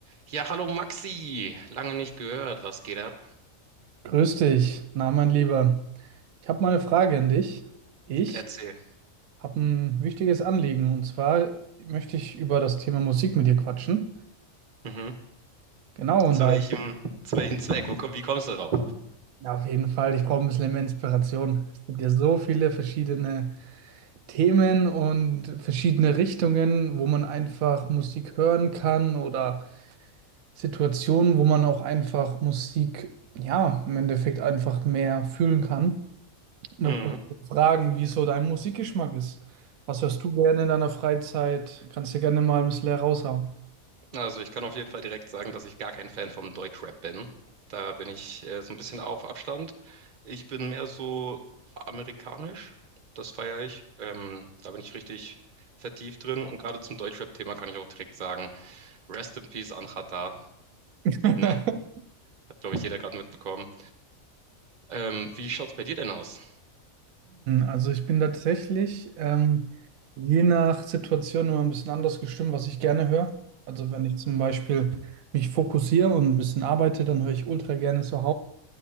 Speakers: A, on the right; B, on the right.
A: Ja, hallo Maxi, lange nicht gehört. Was geht ab?
B: Grüß dich, na mein Lieber. Ich habe mal eine Frage an dich. Ich
A: Erzähl.
B: habe ein wichtiges Anliegen und zwar möchte ich über das Thema Musik mit dir quatschen.
A: Mhm.
B: Genau, und
A: Zu
B: da
A: welchem, zu welchem Zweck? Wo, komm- wie kommst du drauf?
B: na, auf jeden Fall, ich brauche ein bisschen mehr Inspiration. Es gibt ja so viele verschiedene Themen und verschiedene Richtungen, wo man einfach Musik hören kann oder Situationen, wo man auch einfach Musik, ja, im Endeffekt einfach mehr fühlen kann. Da
A: Mhm.
B: wollte ich dich fragen, wie so dein Musikgeschmack ist. Was hörst du gerne in deiner Freizeit? Kannst du gerne mal ein bisschen heraushauen.
A: Also ich kann auf jeden Fall direkt sagen, dass ich gar kein Fan vom Deutschrap bin. Da bin ich äh, so ein bisschen auf Abstand. Ich bin mehr so amerikanisch, das feiere ich. Ähm, da bin ich richtig vertieft drin. Und gerade zum Deutschrap-Thema kann ich auch direkt sagen, Rest in Peace Anhat Da,
B: <clears throat>
A: ne? Hat, glaube ich, jeder gerade mitbekommen. Ähm, wie schaut's bei dir denn aus?
B: Also ich bin tatsächlich ähm, je nach Situation immer ein bisschen anders gestimmt, was ich gerne höre. Also wenn ich zum Beispiel mich fokussiere und ein bisschen arbeite, dann höre ich ultra gerne so